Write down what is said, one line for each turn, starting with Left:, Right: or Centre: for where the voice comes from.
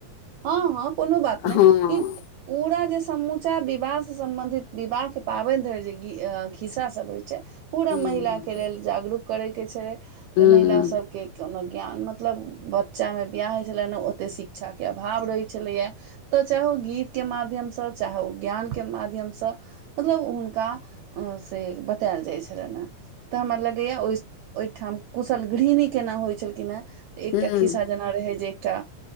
Right: हँ हँ कोनो बात
Left: हँ
Right: नहि
Left: हूं
Right: ई पूरा जे समूचा विवाहसँ सम्बन्धित विवाहके पाबनि धरि जे खिस्सा सब जे होइ छै पूरा
Left: हूं
Right: महिलाक कऽ लेल जागरूक करय के छल
Left: हूं
Right: जे महिला सबके कोनो ज्ञानमे मतलब बच्चामे बिआह होइत छलै नऽ ओतेक शिक्षाके अभाव रहैत छलैए। तऽ चाहु ओ गीतके माध्यमसँ चाहे ओ ज्ञान केँ माध्यमसँ मतलब हुनका से बतायल जाइ छलन है तऽ हमरा लगैया ओइ <inaudible> ओइठाम कुशल गृहणी केना होइत छलखिन हे एकटा
Left: हूं
Right: खिस्सा जेना रहै जे एकटा